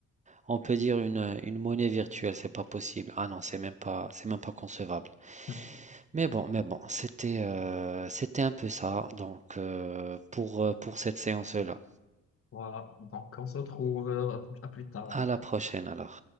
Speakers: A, on the right; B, on the left.
A: on peut dire une, euh, une monnaie virtuelle, c'est pas possible. Ah non, c'est même pas, c'est même pas concevable.
B: <laughs>
A: Mais bon, mais bon, c'était, euh, c'était un peu ça, donc, euh, pour, euh, pour cette séance-là.
B: Voilà. Donc, on se retrouve euh, à plus tard.
A: À la prochaine alors.